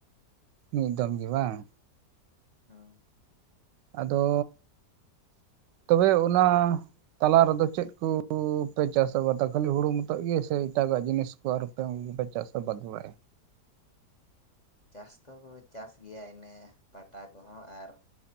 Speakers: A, on the right; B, on the left.
A: ᱢᱤᱫ ᱫᱚᱢ ᱜᱮ ᱵᱟᱝ?
B: ᱦᱚᱸ,
A: ᱟᱫᱚ ᱛᱚᱵᱮ ᱚᱱᱟ ᱛᱟᱞᱟ ᱨᱮᱫᱚ ᱪᱮᱫ ᱠᱩᱯᱮ ᱪᱟᱥ ᱟᱵᱟᱫᱟ ᱠᱷᱟᱹᱞᱤ ᱦᱩᱨᱩ ᱢᱚᱛᱚ ᱜᱮ ᱥᱮ ᱮᱴᱟᱜᱟᱜ ᱡᱤᱱᱤᱥ ᱡᱤᱱᱤᱥ ᱦᱚᱲ ᱫᱚᱢ ᱪᱟᱪᱟᱥ ᱟᱵᱟᱫ ᱵᱟᱲᱟᱭᱟ᱾
B: ᱪᱟᱥ ᱫᱚᱠᱚ ᱪᱟᱥ ᱜᱮᱭᱟ ᱤᱱᱟᱹ ᱯᱟᱴᱟ ᱠᱚᱦᱚ ᱟᱨ